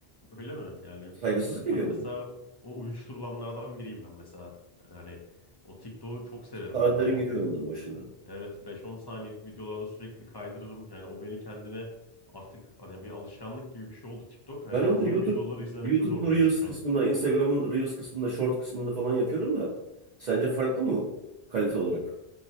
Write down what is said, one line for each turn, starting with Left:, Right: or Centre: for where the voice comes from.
Left: öyle mi? Yani
Right: Saygısızlık
Left: ben
Right: geliyor
Left: mesela
Right: bana.
Left: o uyuşturulanlardan biriyim ben mesela. Yani o TikTok'u çok severim
Right: Saatlerin
Left: mesela. Bu
Right: gidiyor ondan başında.
Left: Evet beş-on saniyelik videolarda sürekli kaydırırım. Yani o beni kendine artık hani bir alışkanlık gibi bir şey oldu TikTok. Hani
Right: Ben
Left: uzun
Right: onu YouTube
Left: videoları izlemekte
Right: YouTube'un
Left: zorlanıyorum
Right: Reels
Left: şu
Right: kısmında,
Left: an.
Right: Instagram'ın Reels kısmında, Short kısmında falan yapıyorum da sence farklı mı kalite olarak?